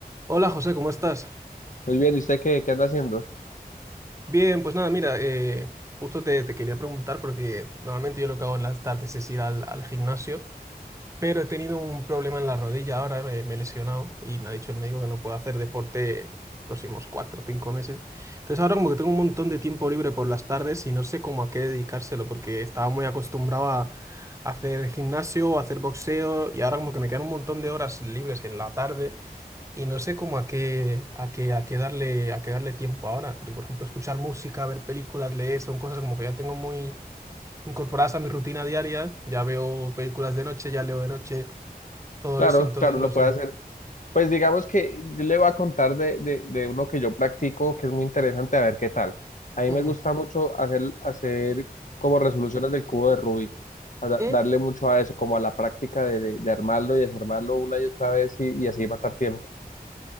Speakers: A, on the right; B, on the left.
A: Hola José, ¿cómo estás?
B: Muy bien, ¿y usted qué, qué anda haciendo?
A: Bien, pues nada, mira, eh, justo te, te quería preguntar porque normalmente yo lo que hago en las tardes es ir al, al gimnasio, pero he tenido un problema en la rodilla ahora, me, me he lesionado y me ha dicho el médico que no puedo hacer deporte los próximos cuatro o cinco meses. Entonces ahora como que tengo un montón de tiempo libre por las tardes y no sé cómo a qué dedicárselo porque estaba muy acostumbrado a hacer gimnasio o hacer boxeo y ahora como que me quedan un montón de horas libres en la tarde. Y no sé cómo a qué, a qué, a qué darle, a qué darle tiempo ahora, porque por ejemplo escuchar música, ver películas, leer, son cosas como que ya tengo muy incorporadas a mi rutina diaria, ya veo películas de noche, ya leo de noche, todo
B: Claro,
A: eso, entonces
B: claro,
A: no
B: lo puede
A: sé.
B: hacer. Pues digamos que yo le voy a contar de, de, de uno que yo practico que es muy interesante, a ver qué tal. A mí
A: Ujú.
B: me gusta mucho hacer, hacer como resoluciones del cubo de Rubik, a da-
A: Mm,
B: darle mucho a eso, como a la práctica de, de, de armarlo y desarmarlo una y otra vez y, y así matar tiempo.